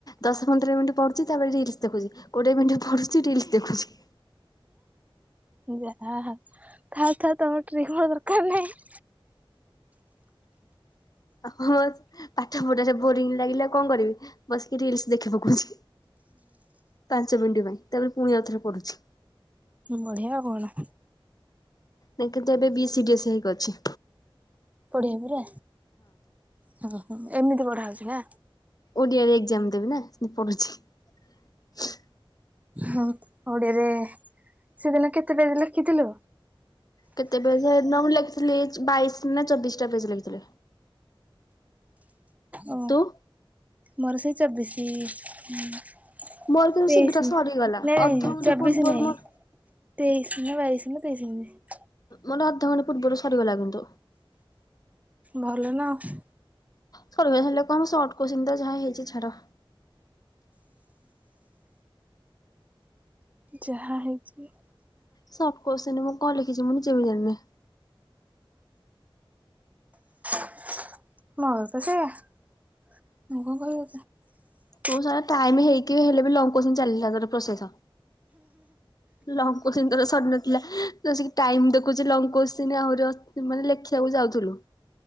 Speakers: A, on the left; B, on the right.
A: ଦଶ ପନ୍ଦର ମିନିଟ୍ ପଢୁଛି ତାପରେ ରିଲ୍ସ ଦେଖୁଛି, କୋଡିଏ ମିନିଟ ପଢୁଛି ରିଲ୍ସ ଦେଖୁ ଦେଖୁଛି।
B: ଯା ହା ଥାଉ ଥାଉ ତମର ଟ୍ରିକ ମୋର ଦରକାର ନାହିଁ।
A: ହଁ ପାଠପଢାରେ ବୋରିଂ ଲାଗିଲା କଣ କରିବି ବସିକି ରିଲ୍ସ ଦେଖିପକଉଛି, ପାଞ୍ଚ ମିଣ୍ଟି ପାଇଁ। ତାପରେ ପୁଣି ଆଉଥରେ ପଢ଼ୁଛି।
B: ବଢିଆ ଆଉ କଣ?
A: ଦେଖନ୍ତୁ ଏବେ ବି ସି ବି ଏସ ଇ ହିଁ କରିଛି।
B: ପଢ଼ିବା ପରା ଓହୋ। ଏମିତି ପଢା ହଉଛି ନା।
A: ଓଡିଆରେ ଏକ୍ଜାମ ଦେବି ନା ମୁଁ ପଢୁଛି।
B: ହଁ ଓଡିଆରେ, ସେଦିନ କେତେଟାରେ ଲେଖିଥିଲୁ?
A: କେତେ ପେଜ ଲେଖିଥିଲି ବାଇଶ ନା ଚବିଶ ଟା ପେଜ ଲେଖିଥିଲି।
B: ଓ
A: ତୁ
B: ମୋର ସେଇ ଚବିଶି ହୁଁ
A: ମୋର କିନ୍ତୁ
B: ତେଇଶି
A: ଶୀଘ୍ର ସରିଗଲା
B: ନା
A: ଅଧଘଣ୍ଟେ
B: ନାଇଁ ଚବିଶ
A: ପୂର୍ବରୁ
B: ନାଇଁ
A: ମୋର
B: ତେଇଶି ନା ବାଇଶି ନା ତେଇଶି ଏମିତି
A: ମୋର ଅଧଘଣ୍ଟେ ପୂର୍ବରୁ ସରିଗଲା କିନ୍ତୁ
B: ଭଲ ନା ଆଉ।
A: ସରିଲେ ହେଲେ କଣ ସଟ କୋଚିନ୍ ତ ଯାହା ହେଇଛି ଛାଡ।
B: ଯାହା ହେଇଚି
A: ସଟ କୋଶଚୀନ ମୁଁ କଣ ଲେଖିଛି ମୁଁ ନିଜେ ବି ଜାଣିନି।
B: <inaudible> ମୋର ତ ସେଇୟା। ମୁଁ କହିବି କଥା।
A: ବହୁତ ସାରା ଟାଇମ ହେଇକି ବି ହେଲେ ବି ଲଙ୍ଗ କୋସଚୀନ ଚାଲିଥଲା ଗୋଟେ ପ୍ରୋଶେଷ। ଲଙ୍ଗ କୋଚିନ ସରିନଥିଲା। ସେ ବସିକି ଟାଇମ ଦେଖୁଛି ଲଙ୍ଗ କୋଚିନ ଆହୁରି ମାନେ ଲେଖିବାକୁ ଯାଉଥିଲୁ।